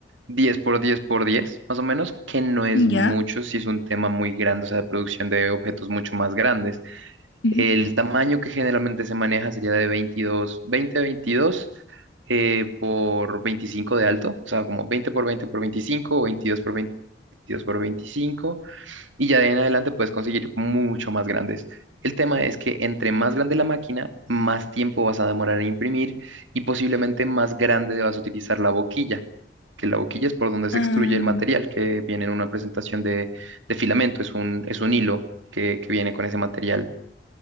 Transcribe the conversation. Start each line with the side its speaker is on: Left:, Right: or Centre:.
Right: 10 por 10 por 10 más o menos, que no es
Left: Ya.
Right: mucho, si es un tema muy grande, o sea, de producción de objetos mucho más grandes.
Left: ujú.
Right: El tamaño que generalmente se maneja sería de 22 20 22 eh, por 25 de alto, o sea, como 20 por 20 por 25 o 22 por 22 por 25 y ya de en adelante puedes conseguir mucho más grandes. El tema es que entre más grande la máquina, más tiempo vas a demorar en imprimir y posiblemente más grande vas a utilizar la boquilla que la boquilla es por donde
Left: Ah,
Right: se extruye el material que viene en una presentación de, de filamento, es un, es un hilo que, que viene con ese material.